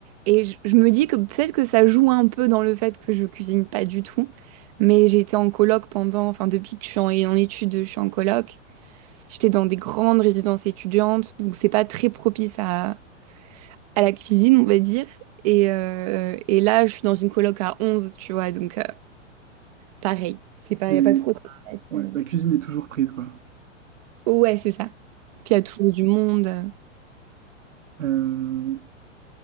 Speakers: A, on the right (about 30°); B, on the right (about 85°).
A: Et je, je me dis que peut-être que ça joue un peu dans le fait que je cuisine pas du tout. Mais j'ai été en coloc pendant, enfin depuis que je suis en, en études, je suis en coloc. J'étais dans des grandes résidences étudiantes, donc c'est pas très propice à à la cuisine, on va dire. Et, euh, et là, je suis dans une coloc à 11, tu vois, donc euh, pareil. C'est pas,
B: Et
A: y a pas trop d'espace.
B: ouais,
A: euh.
B: la cuisine est toujours prise, quoi.
A: Ouais, c'est ça. Puis il y a toujours du monde. euh.
B: Euh,